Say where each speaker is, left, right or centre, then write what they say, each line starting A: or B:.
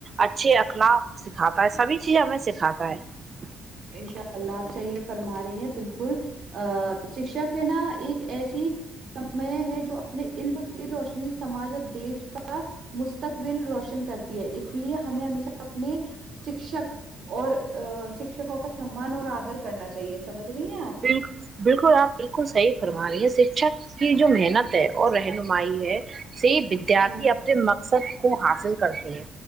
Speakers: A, on the right; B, on the right.
A: اچے اخلاق سکھاتا ہے سبھییزیں ہمیں سکھاتا س
B: انشاء اللہ آپ صحیح فرما رہی ہیں بالکل ا شکشک ہے نا ایک ایسی سمے ہے جو اپنے علم کی روشنی سماج اور دیش کا مستقبل روشن کرتی ہے اس لیے ہمیں ہمیشہ اپنے شکشک اور شکشک کا سمان اور آدر کرنا چاہیے سمجھ رہی ہیں
A: بالکل بالکل آپ بالکل صحیح فرما رہی ہیں شکچک کی جو محنت ہے اور رہنمائی ہے یہ ودیارتھی
B: آپ
A: اپنے مقصد کو حاصل کرتے ہیں